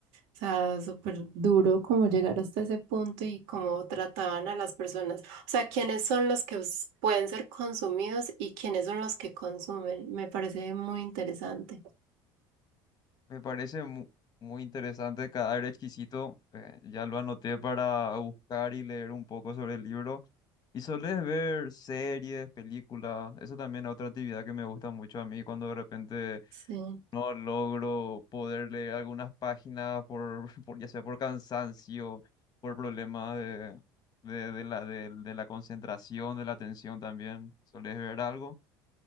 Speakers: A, on the right; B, on the left.
A: O sea, súper duro como llegar hasta ese punto y cómo trataban a las personas. O sea, quiénes son los que us- pueden ser consumidos y quiénes son los que consumen. Me parece muy interesante.
B: Me parece mu- muy interesante, cadáver exquisito. eh, ya lo anoté para buscar y leer un poco sobre el libro. Y solés ver series, películas. Eso también es otra actividad que me gusta mucho a mí cuando de repente
A: Sí.
B: no logro poder leer algunas páginas por, <laughs> por ya sea por cansancio, por problemas de, de, de la, de, de la concentración, de la atención también. ¿Solés ver algo?